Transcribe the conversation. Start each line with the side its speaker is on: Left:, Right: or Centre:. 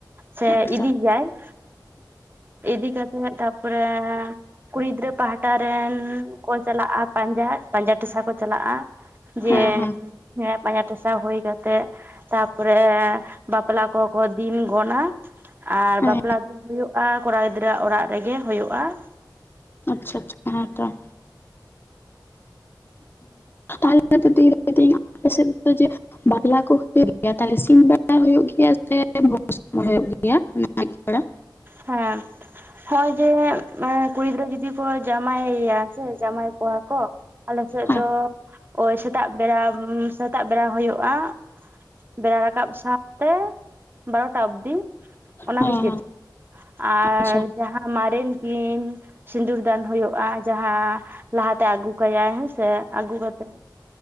Right: ᱥᱮ
Left: ᱟᱪᱪᱷᱟ
Right: ᱤᱫᱤ ᱜᱮᱭᱟᱭ ᱾ ᱤᱫᱤ ᱠᱟᱛᱮᱜ ᱛᱟᱯᱚᱨᱮ ᱠᱩᱲᱤ ᱜᱤᱫᱽᱨᱟᱹ ᱯᱟᱦᱴᱟ ᱨᱮᱱ ᱠᱚ ᱪᱟᱞᱟᱜᱼᱟ ᱯᱟᱸᱡᱟ ᱯᱟᱸᱡᱟ ᱴᱮᱥᱟ ᱠᱚ ᱪᱟᱞᱟᱜᱼᱟ ᱾ ᱡᱮ
Left: ᱦᱮᱸ ᱦᱮᱸ
Right: ᱦᱮᱲ ᱯᱟᱸᱡᱟ ᱴᱮᱥᱟ ᱦᱩᱭ ᱠᱟᱛᱮᱫ ᱛᱟᱨᱯᱚᱨᱮ ᱵᱟᱯᱞᱟ ᱠᱚ ᱠᱚ ᱫᱤᱱ ᱜᱚᱱᱟ ᱾ ᱟᱨ
Left: ᱦᱮᱸ
Right: ᱵᱟᱯᱞᱟ ᱫᱚ ᱦᱩᱭᱩᱜᱼᱟ ᱠᱚᱲᱟ ᱜᱤᱫᱽᱨᱟᱹᱣᱟᱜ ᱚᱲᱟᱜ ᱨᱮᱜᱮ ᱦᱩᱭᱩᱜᱼᱟ ᱾
Left: ᱟᱪᱪᱷᱟ ᱟᱪᱪᱷᱟ ᱦᱮᱸ ᱛᱚ ᱾ ᱛᱟᱦᱮᱞᱮ ᱡᱮ <unintelligible> ᱵᱟᱯᱞᱟ ᱠᱚ ᱦᱩᱭᱩᱜ ᱜᱮᱭᱟ ᱛᱟᱞᱮ ᱥᱤᱧ ᱵᱮᱲᱟ ᱦᱩᱭᱩᱜ ᱜᱮᱭᱟ ᱥᱮ ᱵᱷᱚᱨ ᱥᱚᱢᱚᱭ ᱦᱩᱭᱩᱜ ᱜᱮᱭᱟ ᱟᱭᱩᱵ ᱵᱮᱲᱟ?
Right: ᱦᱮᱸ ᱾ ᱦᱚᱸᱸᱜ ᱚᱚᱭ ᱡᱮ ᱠᱩᱲᱤ ᱜᱤᱫᱽᱨᱟᱹ ᱡᱩᱫᱤ ᱠᱚ ᱡᱟᱶᱟᱭᱮᱭᱟ ᱥᱮ ᱡᱟᱶᱟᱭ ᱠᱚᱣᱟ ᱠᱚ ᱟᱞᱮ ᱥᱮᱫ
Left: ᱦᱮᱸ
Right: ᱫᱚ ᱳᱭ ᱥᱮᱛᱟᱜ ᱵᱮᱲᱟ ᱥᱮᱛᱟᱜ ᱵᱮᱲᱟ ᱦᱩᱭᱩᱜᱼᱟ ᱾ ᱵᱮᱲᱟ ᱨᱟᱠᱟᱵ ᱥᱟᱶᱛᱮ ᱵᱟᱨᱚᱴᱟ ᱚᱵᱽᱫᱤ ᱚᱱᱟ
Left: ᱦᱮᱸ
Right: ᱵᱷᱤᱛᱤᱨ ᱨᱮ ᱾ ᱟᱨ
Left: ᱟᱪᱪᱷᱟ
Right: ᱡᱟᱦᱟᱸ ᱢᱟᱨᱮᱱ ᱠᱤᱱ ᱥᱤᱸᱫᱩᱨ ᱫᱟᱱ ᱦᱩᱭᱩᱜᱼᱟ ᱡᱟᱦᱟᱸ ᱞᱟᱦᱟᱛᱮ ᱟᱹᱜᱩ ᱠᱟᱭ ᱦᱮᱸᱥᱮ ᱟᱹᱜᱩ ᱠᱟᱛᱮᱜ